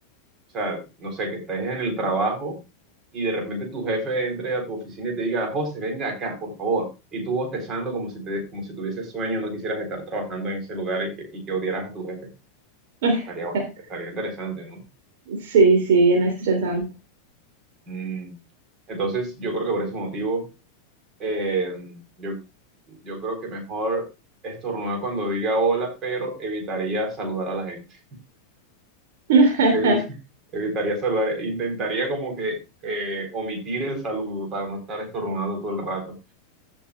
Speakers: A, on the right; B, on the right.
A: O sea, no sé, que estés en el trabajo y de repente tu jefe entre a tu oficina y te diga, José, venga acá, por favor. Y tú bostezando como si te, como si tuvieses sueño, no quisieras estar trabajando en ese lugar y que, y que odiaras a tu jefe.
B: <laughs>
A: Estaría, bueno, estaría interesante, ¿no?
B: Sí, sí, bien estresante.
A: Mm. Entonces, yo creo que por ese motivo, eh, yo, yo creo que mejor estornudar cuando diga hola, pero evitaría saludar a la gente.
B: <laughs>
A: Evit- evitaría saludar, intentaría como que eh, omitir el saludo para no estar estornudando todo el rato.